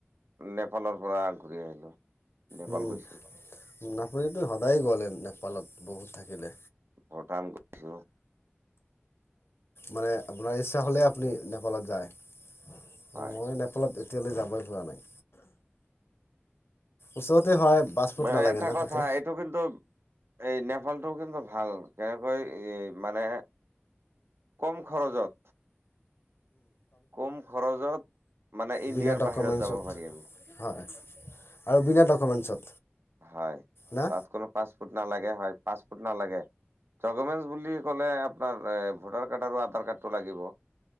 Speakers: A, on the right; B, on the left.
A: নেপালৰ পৰা ঘূৰি আহিলো। নেপাল
B: উম
A: গৈছো
B: আপুনি তু সদায় গলেন নেপালত উম থাকি দে।
A: ভূটান গৈছোঁ।
B: মানে আপোনাৰ ইচ্ছা হ'লে আপুনি নেপালত যায়।
A: হয়
B: মই নেপালত এতিয়ালৈ যাবই হোৱা নাই। ওচৰতে হয়। পাছপৰ্ট
A: মই
B: নালাগে
A: এটা
B: না
A: কথা
B: তাতে
A: এইটো কিন্তু এই নে কথা টো কিন্তু ভাল কেনেকৈ মানে কম খৰচত কম খৰচত মানে ইণ্ডিয়াৰ
B: বিনা ডকুমেণ্টছত
A: বাহিৰত যাব পাৰি আমি।
B: হয় আৰু বিনা ডকুমেণ্টছত
A: হয়
B: না
A: তাত কোনো পাঁচপ'ৰ্ট ন লাগে হয় পাছপৰ্ট নালাগে ডুকুমেন্ট বুলি কলে আপোনাৰ ভোটাৰ কাৰ্ড আৰু আধাৰ কাৰ্ড লাগিব